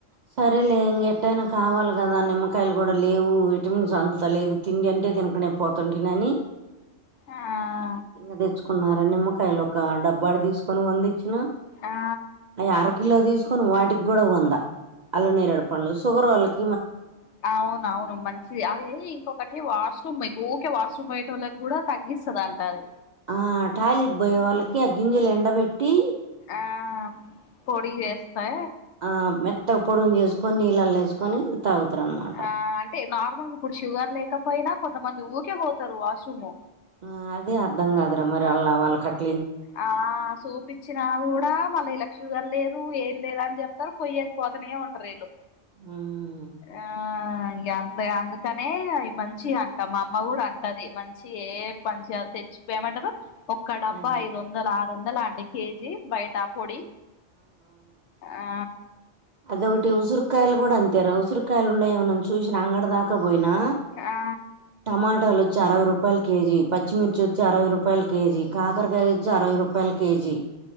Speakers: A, on the right; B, on the left.
A: సరేలే ఇంక ఎట్టయినా కావాలి కదా నిమ్మకాయలు కూడా లేవు విటమిన్స్ అందుతా లేదు తిండి అంటే. తినుకనే పోతుంటినని.
B: ఆహ్.
A: ఇంకా తెచ్చుకున్నారా నిమ్మకాయలు ఒక డబ్బాడు తీసుకొని వంద ఇచ్చినా.
B: ఆ
A: అవి అరకిలో తీసుకొని వాటికి కూడా వందా అల్ల నేరుడు పండ్లు షుగరోళ్ళకి.
B: అవున అవును మంచిది అది ఇంకొకటి వాష్. ఉమ్ ఊకే వాష్రూమ్ పోయ్యేటోళ్ళుకు కూడా తగ్గిస్తుంది అంట అది.
A: ఆహ్ టాయిలెట్ పోయే వాళ్ళకి ఆ గింజలు ఎండబెట్టి.
B: ఆ పొడి వేస్తే.
A: ఆహ్ మెత్తగా పొడున్ చేసుకొని నీళ్ళలు వేసుకొని తాగుతారు అనమాట.
B: ఆ అంటే నార్మల్గా ఇప్పుడు షుగర్ లేకపోయినా కొంతమంది ఊకే పోతారు వాష్రూమ్.
A: ఆహ్ అదే అర్థం కాదురా మరి అళ్లా వాళ్ళకట్టు.
B: ఆహ్ చూపిచ్చినా కూడా మళ్ళి లక్ష్. షుగర్ లేదు ఏం లేదు అని చెప్తారు పోయ్యేదిపోతనే ఉంటారు వీళ్ళు.
A: ఉమ్.
B: ఆ ఇంకా అంత అందుకనే అవి మంచి అంటాం మా అమ్మ కూడా అన్ టది మంచి ఏ మంచిగా తెచ్చిపోయమంటారు ఒక్క డబ్బా
A: అదే
B: ఐదు వందలు ఆరు వందలా ఆంటీ కేజీ బయట పొడి ఆ
A: అది ఒకటి ఉసురుకాయాల కూడా అంతేరా ఉసిరికాయలు ఉండ ఎమోనని చూసిన అంగడ దాకపోయినా
B: ఆ
A: టమాటాలు అరవై రూపాయలు కేజీ పచ్చిమిర్చి వచ్చి అరవై రూపాయలు కేజీ కాకరకాయ వచ్చి అరవై రూపాయలు కేజీ